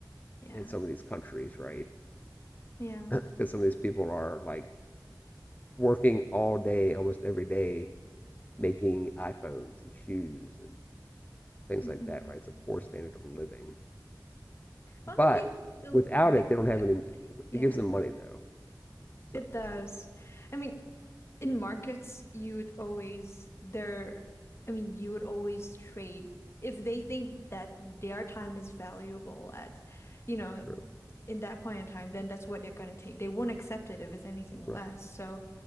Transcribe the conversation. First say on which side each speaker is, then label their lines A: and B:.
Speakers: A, on the left (about 35°); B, on the left (about 25°).
A: Yeah.
B: in some of these countries, right?
A: Yeah.
B: <clears throat> Because <laughs> some of these people are like working all day, almost every day, making iPhones and shoes and things
A: Yes.
B: like
A: hmm
B: that, right? It's a poor standard of living. But
A: Well, I think it's still
B: without
A: they
B: it, they
A: still
B: don't have
A: get
B: any.
A: that. Yeah,
B: It gives them money though. So
A: it does.
B: that's
A: I mean, in markets, you would always there. I mean, you would always trade if they think that their time is valuable at, you know,
B: true,
A: in that point in time. Then that's what they're going to take. They won't accept it if it's anything
B: right?
A: less. So